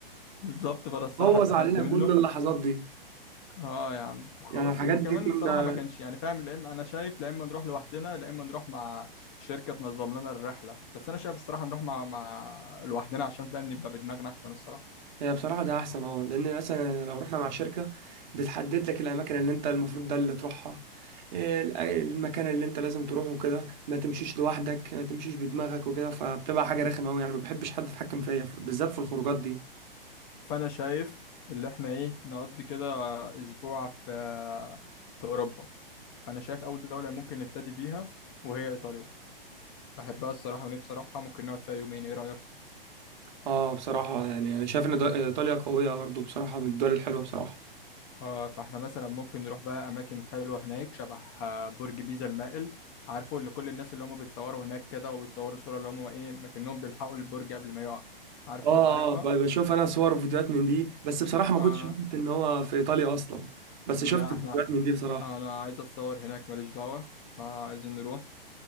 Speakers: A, on the left; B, on the right.
A: بالظبط فانا الصراحه
B: بوظ
A: اتقفلت
B: علينا
A: منه
B: كل اللحظات دي
A: اه يا عم وخلاص
B: يعني الحاجات
A: وكمان
B: دي كنا
A: الصراحه ما كانش يعني فاهم لا اما انا شايف لا اما نروح لوحدنا لا اما نروح مع شركه تنظم لنا الرحله بس انا شايف الصراحه نروح مع مع لوحدنا عشان فاهم نبقى بدماغنا احسن الصراحه
B: هي بصراحة ده أحسن أه لأن مثلا لو رحنا مع شركة بتحدد لك الأماكن اللي أنت المفروض ده اللي تروحها إيه ال- المكان اللي أنت لازم تروحه كده ما تمشيش لوحدك ما تمشيش بدماغك وكده فبتبقى حاجة رخمة أوي يعني ما بحبش حد يتحكم فيا ف- بالذات في الخروجات دي
A: فانا شايف اللي احنا ايه نقضي كده اسبوع في في اوروبا فانا شايف اول دولة ممكن نبتدي بيها وهي ايطاليا بحبها الصراحة ونفسي اروحها ممكن نقعد فيها يومين ايه رأيك
B: أه بصراحة يعني أنا شايف إن دول- إيطاليا قوية برضه بصراحة من الدول الحلوة بصراحة
A: آه، فاحنا مثلا ممكن نروح بقى اماكن حلوة هناك شبه آه، برج بيزا المائل عارفه اللي كل الناس اللي هم بيتصوروا هناك كده وبيتصوروا صورة اللي هم ايه مكنهم بيلحقوا البرج قبل ما يقع عارفه
B: أه
A: عارفها
B: أه ب- بشوف أنا صور وفيديوهات من دي بس بصراحة ما
A: آه
B: كنتش عارف إن هو في إيطاليا أصلا بس شفت
A: لا
B: فيديوهات
A: احنا
B: من دي بصراحة
A: آه، انا عايز اتصور هناك ماليش دعوة فعايزين نروح